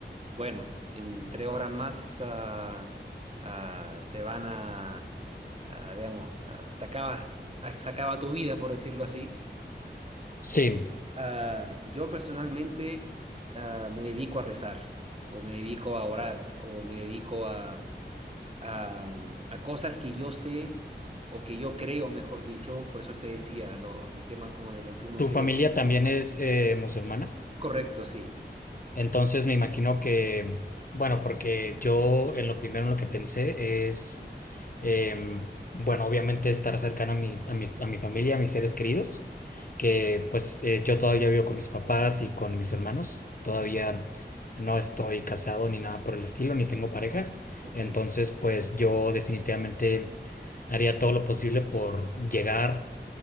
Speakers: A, on the right (about 35°); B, on the left (about 50°).
A: bueno, en tres horas más ah, ah, te van a, a, digamos, ah, te acabas, ah, se acaba tu vida, por decirlo así.
B: Sí.
A: Ah, yo personalmente ah, me dedico a rezar, o me dedico a orar, o me dedico a, a, mm, a cosas que yo sé, o que yo creo, mejor dicho, por eso te decía, lo- el tema como de lo que uno
B: Tu
A: cree.
B: familia también es eh, musulmana,
A: Correcto, sí.
B: entonces
A: Ah,
B: me imagino que, bueno, porque yo en lo primero en lo que pensé es, em, bueno, obviamente estar cercano a mis- a mi, a mi familia, a mis seres queridos, que pues eh, yo todavía vivo con mis papás y con mis hermanos, todavía no estoy casado ni nada por el estilo, ni tengo pareja,
A: ok.
B: entonces pues yo definitivamente haría todo lo posible por llegar